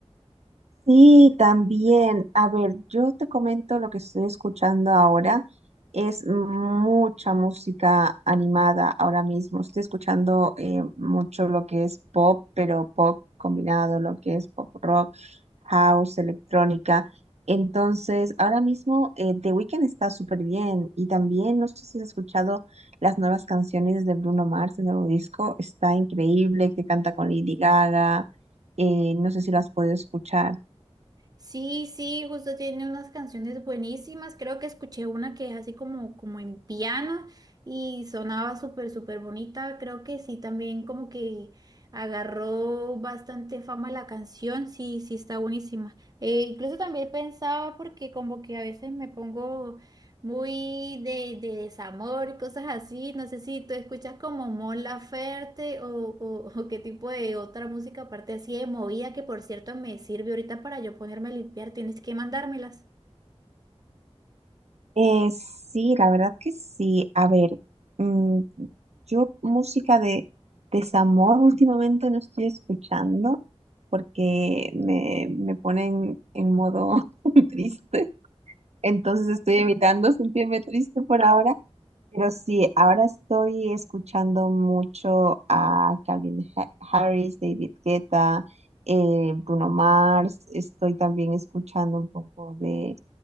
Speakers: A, on the right; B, on the right.
A: Sí, también. A ver, yo te comento lo que estoy escuchando ahora. Es mucha música animada ahora mismo. Estoy escuchando eh, mucho lo que es pop, pero pop combinado, lo que es pop rock, house, electrónica. Entonces, ahora mismo eh, The Weeknd está súper bien. Y también, no sé si has escuchado las nuevas canciones de Bruno Mars, el nuevo disco. Está increíble, que canta con Lady Gaga. Eh, no sé si lo has podido escuchar.
B: Sí, sí, justo tiene unas canciones buenísimas, creo que escuché una que es así como, como en piano y sonaba súper, súper bonita, creo que sí, también como que agarró bastante fama la canción, sí, sí, está buenísima. Eh, incluso también pensaba porque como que a veces me pongo muy de, de desamor y cosas así. No sé si tú escuchas como Mon Laferte o, o, o qué tipo de otra música aparte así de movida que por cierto me sirve ahorita para yo ponerme a limpiar. Tienes que mandármelas.
A: Eh, sí, la verdad que sí. A ver, mm, yo música de desamor últimamente no estoy escuchando porque me, me ponen en modo <laughs> triste. Entonces estoy evitando sentirme triste por ahora. Pero sí, ahora estoy escuchando mucho a Calvin Ha- Harris, David Guetta, eh, Bruno Mars. Estoy también escuchando un poco de,